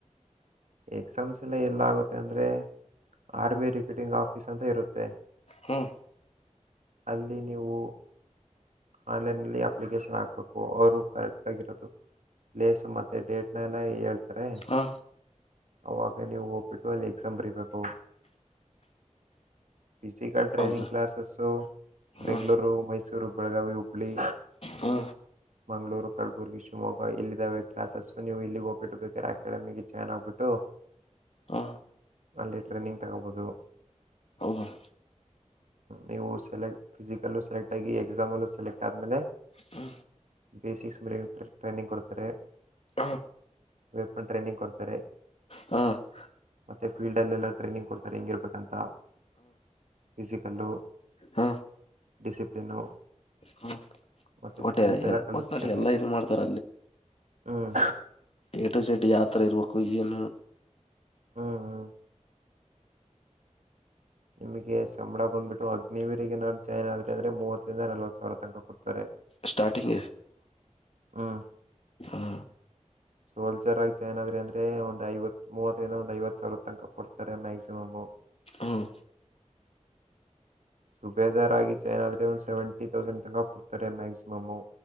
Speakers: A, on the right (about 75°); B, on the left (about 55°).
A: ಎಕ್ಸಾಮ್ಸ್ ಎಲ್ಲ ಎಲ್ಲಗುತ್ತೆ ಅಂದ್ರೆ ಆರ್ಮಿ ರಿಕೂಟಿಂಗ್ ಆಫೀಸ್ ಅಂತ ಇರುತ್ತೆ
B: ಹ
A: ಅಲ್ಲಿ ನೀವು ಆನ್ಲೈನಲ್ಲಿ ಅಪ್ಲಿಕೇಶನ್ ಹಾಕ್ಬೇಕು ಅವರು ಕರೆಕ್ಟ್ ಆಗಿರೋದು ಪ್ಲೇಸು ಮತ್ತೆ ಡೇಟ್ನೆಲ್ಲ ಹೇಳ್ತಾರೆ
B: ಹ
A: ಅವಾಗ ನೀವು ಹೋಗ್ಬಿಟ್ಟು ಅಲ್ಲಿ ಎಕ್ಸಾಮ್ ಬರಿಬೇಕು ಫಿಸಿಕಲ್ ಟ್ರೈನಿಂಗ್
B: ಹೌದು
A: ಕ್ಲಾಸಸ್ಸು ಬೆಂಗಳೂರು
B: ಹ
A: ಮೈಸೂರು ಬೆಳಗಾವಿ ಹುಬ್ಳಿ
B: ಹಾ
A: ಮಂಗಳೂರು ಕಲಬುರ್ಗಿ ಶಿವಮೊಗ್ಗ ಇಲ್ಲ ಇದಾವೆ ಕ್ಲಾಸಸ್ ನೀವು ಇಲ್ಲಿಗೆ ಹೋಗ್ಬಿಟ್ಟು ಬೇಕಾದ್ರೆ ಅಕಡೆಮಿಗೆ ಜಾಯಿನ್ ಹಾಗಬಿಟ್ಟು
B: ಹಾ
A: ಅಲ್ಲಿ ಟ್ರೈನಿಂಗ್ ತಗೋಬೋದು
B: ಹಾ <unintelligible>
A: ನೀವು ಸೆಲೆಕ್ಟ್ ಫಿಸಿಕಲ್ಲೂ ಸೆಲೆಕ್ಟಾಗಿ ಎಕ್ಸಾಮಲ್ಲೂ ಸೆಲೆಕ್ಟ್ ಆದಮೇಲೆ
B: ಹ
A: ಬೇಸಿಕ್ಸ್ ಮಿಲಿಟರಿ ಟ್ರೈನಿಂಗ್ ಕೊಡ್ತಾರೆ
B: ಹಾ
A: ವೆಪನ್ ಟ್ರೈನಿಂಗ್ ಕೊಡ್ತಾರೆ <unintelligible>
B: ಹಾ
A: ಮತ್ತೆ ಫೀಲ್ಡ್ ಅಲ್ಲೆಲ್ಲ ಟ್ರೈನಿಂಗ್ ಕೊಡ್ತಾರೆ ಹೆಂಗಿರ್ಬೇಕಂತ ಫಿಜಿಕಲ್ಲು
B: ಹಾ
A: ಡಿಸಿಪ್ಲಿನು
B: ಹ್ಮ
A: ಮತ್ತೆ
B: ಒಟ್ಟೆ
A: ಸ್ಕಿಲ್ಸ್ ಎಲ್ಲ ಕಳಿಸ್ತಾರೆ
B: ಒಟ್ನಲ್ಲಿ ಎಲ್ಲಾ ಇದು ಮಾಡ್ತಾರ
A: ಹ್ಮ್
B: ಏಟೋ ಜೆಡ್ ಯಾವತಾರ ಇರ್ಬೇಕು ಏನು
A: ಹ್ಮ ಹ್ಮ ನಿಮಗೆ ಸಂಬಳ ಬಂದ್ಬಿಟ್ಟು ಅಗ್ನಿವೀರಿಗೆ ನರು ಜಾಯ್ನ್ ಆದರೆ ಅಂದರೆ ಮೂವತ್ತರಿಂದ ನಲ್ವತ್ತು ಸಾವಿರ ತನಕ ಕ ಕೊಡ್ತಾರೆ
B: ಸ್ಟಾರ್ಟಿಂಗ್
A: ಹ್ಮ್
B: ಹ್ಮ
A: ಸೋಲ್ಜರ್ ಆಗಿ ಜಾಯ್ನ್ ಆದ್ರೆ ಅಂದ್ರೆ ಒಂದ್ ಐವತ್ ಮುವತ್ತರಿಂದ ಒಂದ್ ಐವತ್ ಸಾವಿರ ತನಕ ಕೊಡ್ತಾರೆ ಮ್ಯಾಕ್ಸಿಮಮೂ
B: ಹುಂ
A: ಸುಬೇದಾರಾಗಿ ಚೈನ್ನ ಆದ್ರೆ ಒಂದು ಸೆವೆಂಟಿ ತೌಸಂಡ್ ತನಕ ಕೊಡ್ತಾರೆ ಮ್ಯಾಕ್ಸಿಮಮು